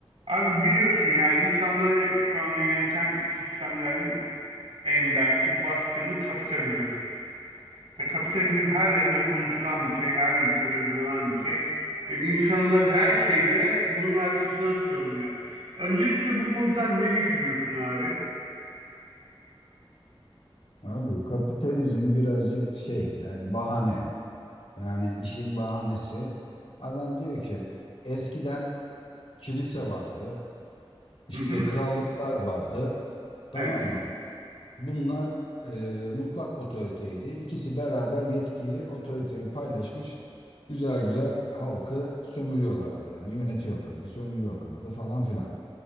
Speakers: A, on the right; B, on the left.
A: Abi biliyorsun yani insanları şu anda yöneten sistemlerin en belki baskını kapitalizm. Ve kapitalizm her yerde konuşulan bir şey, her ülkede uygulanan bir şey. Ve insanlar her şeyde bunun arkasına sığınıyor. Öncelikle bu konuda ne düşünüyorsun abi?
B: Abi kapitalizm birazcık şey yani bahane. Yani işin bahanesi. Adam diyor ki eskiden kilise vardı. işte
A: Hı hı.
B: krallıklar vardı. Tamam
A: Evet,
B: mı? Bunlar e, mutlak otoriteydi. İkisi beraber yetkiyi, otoriteyi paylaşmış. Güzel güzel halkı sömürüyorlardı. Yani yönetiyorlardı, sömürüyorlardı falan filan.